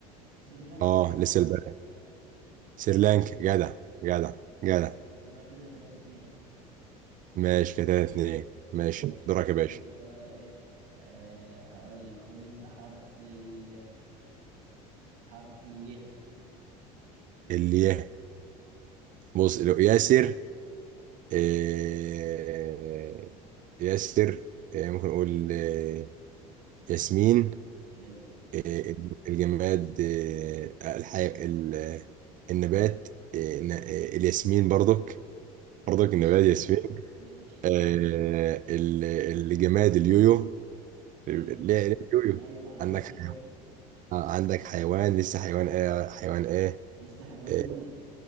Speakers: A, on the right (about 75°); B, on the right (about 45°).
A: سريلانكا
B: اه لسه البلد سريلانكا جدع جدع
A: يبقى
B: جدع
A: كده يبقى كده 3 2
B: ماشي كده اتنين ماشي
A: ماشي
B: دورك
A: خد
B: يا باشا
A: انت بقى ايه آه هقول لك خد انت حرف ال حرف اليه
B: اللي يه بص لو ياسر إيه
A: آه
B: ياسر إيه ممكن نقول إيه ياسمين
A: حلو
B: إيه الجماد إيه الحي... ال... النبات إيه ن- إيه الياسمين برضك برضك
A: ماشي
B: النبات ياسمين
A: ماشي
B: إيه ال- الجماد اليويو
A: حلو
B: ليه ليه اليويو
A: ايوه عارفها
B: عندك
A: عارفها
B: آه، عندك حيوان لسه حيوان ايه حيوان ايه
A: لسه حيوان
B: آه،
A: وبلد